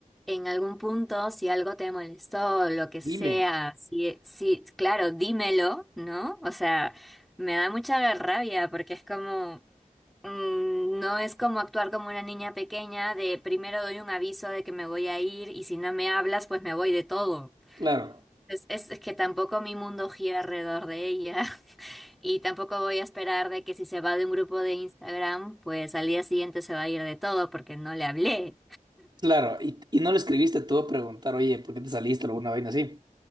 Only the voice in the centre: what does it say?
en algún punto, si algo te molestó, lo que sea,
si, si, claro, dímelo, ¿no? O sea, me da mucha rabia porque es como, mm, no es como actuar como una niña pequeña de primero doy un aviso de que me voy a ir y si no me hablas, pues me voy de todo.
Es, es, es que tampoco mi mundo gira alrededor de ella <laughs> y tampoco voy a esperar de que si se va de un grupo de Instagram, pues al día siguiente se va a ir de todo porque no le hablé.